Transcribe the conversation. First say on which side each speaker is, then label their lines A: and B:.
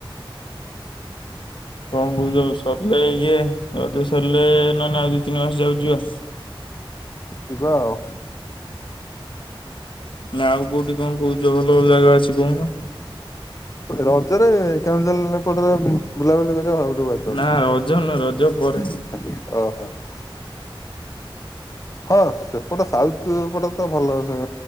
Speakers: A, on the left; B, on the left.
A: କଣ କହୁଚ? ସରିଲେ ଇଏ। ରଜ ସରିଲେ ନହନେ ଆଉ ଦି ତିନି ମାସ ଯାଉକ ଯିବା।
B: ଯିବା ଆଉ।
A: ନା ଆଉ କୋଉଠି କଣ କହୁଛ ଭଲ ଭଲ ଜାଗା ଅଛି କହୁନ?
B: ରଜରେ <unintelligible> ବୁଲାବୁଲି କରିବା
A: ନା ରଜ
B: ସବୁଠୁଁ
A: ନୁହଁ ରଜ ପରେ
B: ବେଟର। ଅହୋ। ହଁ, ସେପଟେ ସାଉଥ ପଟେ ତ ଭଲ ସେ